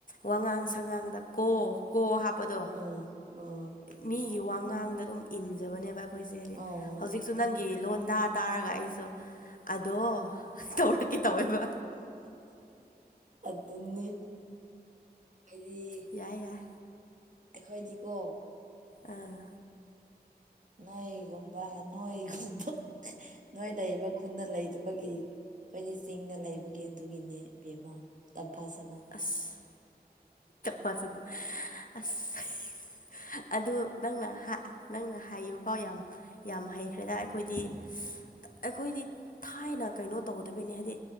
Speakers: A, on the left; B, on the right.
A: ꯋꯥꯉꯥꯡ ꯁꯉꯥꯡꯗ ꯀꯣ ꯀꯣ ꯍꯥꯞ ꯑꯗꯣ
B: ꯑꯥ ꯑꯥ
A: ꯃꯤꯒꯤ ꯋꯥꯉꯥꯡꯗ ꯑꯗꯨꯝ ꯏꯟꯖꯕꯅꯦꯕ ꯑꯩ ꯑꯩꯈꯣꯏꯁꯦ ꯍꯥꯏꯗꯤ
B: ꯑꯥ
A: ꯍꯧꯖꯤꯛꯁꯨ ꯅꯪꯒꯤ ꯂꯣꯟꯗ ꯇꯥꯔꯒ ꯑꯩꯁꯨ ꯑꯗꯣ ꯇꯧꯔꯛꯀꯦ ꯇꯧꯋꯦꯕ
B: ꯑꯗꯨꯅꯤ ꯍꯥꯏꯗꯤ
A: ꯌꯥꯏ ꯌꯥꯏ
B: ꯑꯩꯈꯣꯏꯗꯤꯀꯣ
A: ꯑꯥ
B: ꯅꯣꯏꯒꯨꯝꯕ ꯅꯣꯏꯒꯨꯝꯕ ꯅꯣꯏ ꯂꯩꯕ ꯈꯨꯟꯗ ꯂꯩꯗꯨꯕ ꯕꯒꯤ ꯈꯣꯏꯗꯤ ꯆꯤꯡꯗ ꯂꯩꯕꯒꯤ ꯑꯗꯨꯒꯤꯅꯦ ꯕꯦꯝꯃꯥ ꯇꯝꯐꯥꯁꯅꯥ
A: ꯑꯁ ꯃꯗ ꯑꯁ ꯑꯗꯨ ꯅꯪꯅ ꯅꯪꯅ ꯍꯥꯏꯕ ꯐꯥꯎ ꯌꯥꯝ ꯌꯥꯝ ꯍꯩꯈ꯭ꯔꯦꯗ ꯑꯩꯈꯣꯏꯗꯤ ꯑꯩꯈꯣꯏꯗꯤ ꯊꯥꯏꯅ ꯀꯩꯅꯣ ꯇꯧꯗꯕꯅꯤ ꯍꯥꯏꯗꯤ